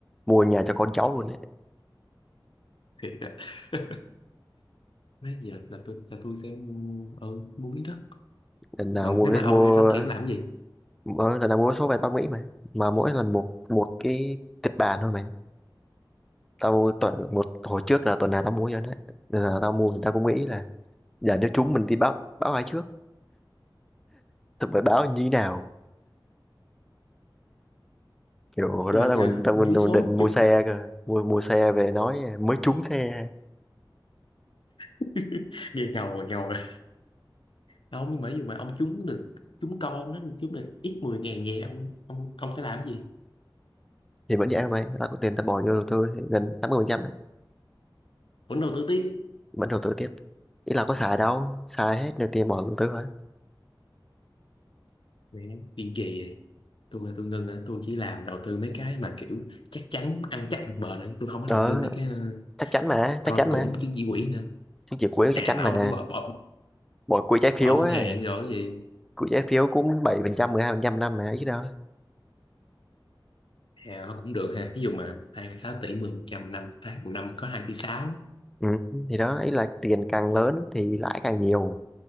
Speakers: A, in the centre; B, on the left.
A: mua nhà cho con cháu luôn đấy
B: thiệt á <laughs> nãy giờ là tôi là tôi sẽ mua ừ, mua miếng đất
A: lần nào
B: còn
A: mua
B: nếu mà ông
A: mua
B: hai sáu tuổi em làm cái gì
A: mỗi lần nào mua số về tao nghĩ mà mà mỗi lần một một cái kịch bản thôi mày tao tuần một hồi trước là tuần nào tao mua cho đấy nên là tao mua thì tao cũng nghĩ là giờ nếu chúng mình đi báo báo ai trước tụi phải báo như thế nào kiểu hồi
B: nhưng
A: đó
B: mà
A: tao
B: giờ
A: còn
B: ông
A: tao còn,
B: trúng
A: tao
B: số
A: còn định mua
B: chứ
A: xe cơ mua mua xe về nói mới trúng xe
B: <laughs> nghe ngầu rồi ngầu rồi À, ông nhưng mà ví dụ mà ông trúng được trúng con nó trúng được ít mười ngàn vậy ông ông ông sẽ làm cái gì
A: thì vẫn vậy thôi mày là có tiền ta bỏ vô đầu tư thì gần 80% ấy,
B: vẫn đầu tư tiếp
A: vẫn đầu tư tiếp ý là có xài đâu xài hết được tiền bỏ đầu tư thôi
B: Mẹ, tiền kỳ vậy tôi là tôi ngưng á tôi chỉ làm đầu tư mấy cái mà kiểu chắc chắn ăn chắc bằng bền ấy. tôi không có
A: đó
B: đầu tư mấy cái ờ,
A: chắc chắn mà
B: con
A: chắc chắn
B: cũng
A: mà
B: chứng chỉ quỹ nữa
A: chứng chỉ quỹ
B: à
A: chắc chắn
B: là
A: mà
B: ông kiểu bỏ bỏ
A: bỏ quỹ trái phiếu
B: bỏ ngân
A: ấy
B: hàng rồi cái gì
A: quỹ trái phiếu cũng bảy phần trăm mười hai phần trăm năm mà ít đó
B: à, cũng được ha ví dụ mà 26 tỷ 10 phần trăm năm tháng một năm có hai tỷ sáu
A: ừ. thì đó ý là tiền càng lớn thì lãi càng nhiều